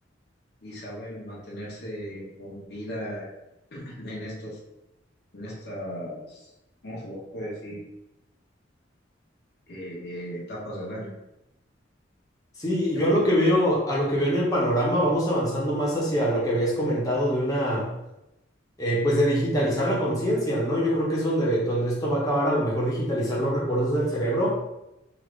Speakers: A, on the left; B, on the left.
A: y saben mantenerse con vida en estos, en estas, ¿cómo se los puede decir? Eh, etapas del año,
B: Sí,
A: temporal.
B: y yo a lo que veo, a lo que veo en el panorama, vamos avanzando más hacia lo que habías comentado de una, eh, pues de digitalizar la conciencia, ¿no? Yo creo que es donde, donde esto va a acabar, a lo mejor digitalizar los recuerdos del cerebro